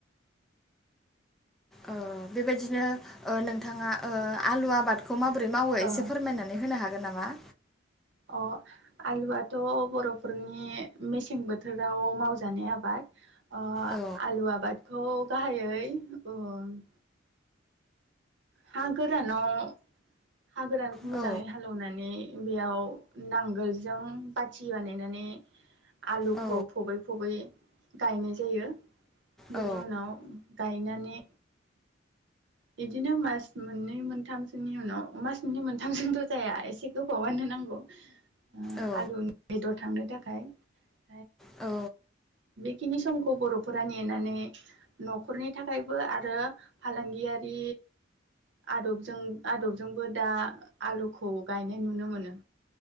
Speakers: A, in the centre; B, on the right (about 60°).
A: ओ बेबायदिनो ओ नों थाङा ओ आलु आबादखौ माबोरै मावो एसे
B: ओ
A: फोरमायनानै होनो हा गोन नामा?
B: अ आलुआथ' बर'फोरनि मेसें बोथोराव मावजानाय आबाद ओ
A: औ
B: आलु आबादखौ गाहायै ओम हा गोरानाव हा गोरानखौ मोजाङै
A: औ
B: हालेवनानै बेयाव नांगोलजों बाथि बानायनानै आलुखौ
A: औ
B: फबै फबै गायनाय जायो।
A: औ
B: बिनि उनाव गायनानै बिदिनो मास मोननै मोनथामसोनि उनाव मास मोननै मोनथामजोंथ' जाया एसे गो बावानो नांगौ ओ
A: औ
B: आलुनि बेदर थांनो <unintelligible>
A: औ।
B: खिनि समखौ बर'फोरा नेनानै न'खरनि थाखायबो आरो फालांगिया बि आदबजों आदबजोंबो दा आलुखौ गायनाय नुनो मोनो